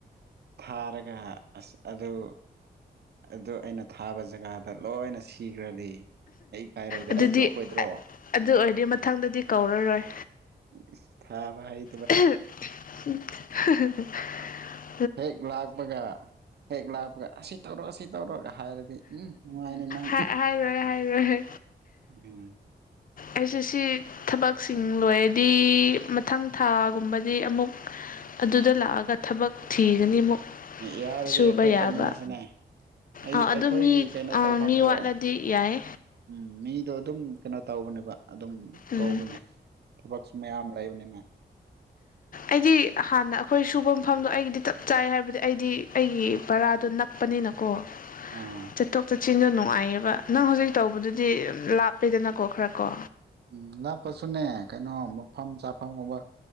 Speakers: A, on the right (about 65°); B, on the left (about 50°).
A: ꯊꯥꯔꯒ ꯑꯁ ꯑꯗꯨ ꯑꯗꯨ ꯑꯩꯅ ꯊꯥꯕ ꯖꯒꯥꯗ ꯂꯣꯏꯅ ꯁꯤꯈ꯭ꯔꯗꯤ ꯑꯩ ꯏꯀꯥꯏꯔꯣꯏꯗ꯭ꯔꯥ
B: ꯑꯗꯨꯗꯤ
A: ꯑꯩ ꯆꯣꯞꯄꯣꯏꯗ꯭ꯔꯣ
B: ꯑꯗꯨ ꯑꯣꯏꯔꯗꯤ ꯃꯊꯪꯗꯗꯤ ꯀꯧꯔꯔꯣꯏ
A: ꯎ ꯊꯥꯕ ꯍꯥꯏ
B: ꯁꯦ ꯏꯁ꫰ꯂꯥꯎꯆꯤꯪ <unintelligible>
A: ꯍꯦꯛ ꯂꯥꯛꯄꯒ ꯍꯦꯛ ꯂꯥꯛꯄꯒ ꯑꯁꯤ ꯇꯧꯔꯣ ꯁꯤ ꯇꯧꯔꯣꯒ ꯍꯥꯏꯔꯗꯤ ꯎꯝ ꯅꯨꯡꯉꯥꯏꯅꯤ ꯅꯪ
B: ꯍꯥꯏꯔꯣꯏ ꯍꯥꯏꯔꯣꯏ
A: ꯎꯝ
B: ꯑꯩꯁꯦ ꯁꯤ ꯊꯕꯛꯁꯤꯡ ꯂꯣꯏꯔꯗꯤ ꯃꯊꯪ ꯊꯥꯒꯨꯝꯕꯗꯤ ꯑꯃꯨꯛ ꯑꯗꯨꯗ ꯂꯥꯛꯑꯒ ꯊꯕꯛ ꯊꯤꯒꯅꯤ ꯑꯃꯨꯛ
A: ꯌꯥꯔꯗꯤ
B: ꯁꯨꯕ
A: ꯑꯩꯈꯣꯏ
B: ꯌꯥꯕ
A: ꯇꯧꯃꯤꯟꯅꯁꯤꯅꯦ ꯑꯩꯈꯣꯏꯒꯤ
B: ꯑꯥ ꯑꯗꯨ ꯃꯤ
A: ꯀꯩꯅꯣ
B: ꯑꯥ
A: ꯇꯧꯐꯝꯗꯣ
B: ꯃꯤ ꯋꯥꯠꯂꯗꯤ ꯌꯥꯏ
A: ꯎꯝ ꯃꯤꯗꯣ ꯑꯗꯨꯝ ꯀꯩꯅꯣ ꯇꯧꯕꯅꯦꯕ ꯑꯗꯨꯝ
B: ꯎꯝ
A: ꯀꯧꯕꯅꯦ ꯊꯕꯛꯁꯨ ꯃꯌꯥꯝ ꯂꯩꯕꯅꯦꯃꯦ
B: ꯑꯩꯗꯤ ꯍꯥꯟꯅ ꯑꯩꯈꯣꯏ ꯁꯨꯕ ꯃꯐꯝꯗꯣ ꯑꯩꯒꯤꯗꯤ ꯆꯞ ꯆꯥꯏ ꯍꯥꯏꯕꯗꯤ ꯑꯩꯗꯤ ꯑꯩꯒꯤ ꯄꯔꯥꯗꯣ ꯅꯛ ꯅꯛꯄꯅꯦꯅꯥꯀꯣ
A: ꯑꯥ
B: ꯆꯠꯊꯣꯛ ꯆꯠꯁꯤꯟ ꯅꯨꯡꯉꯥꯏꯌꯦꯕ ꯅꯪ ꯍꯧꯖꯤꯛ ꯇꯧꯕꯗꯨꯗꯤ ꯂꯥꯞꯄꯦꯗꯅꯀꯣ ꯈꯔ ꯀꯣ
A: ꯎꯝ ꯂꯥꯞꯄꯁꯨꯅꯦ ꯀꯩꯅꯣ ꯃꯐꯝ ꯆ ꯃꯐꯝꯒꯨꯝꯕ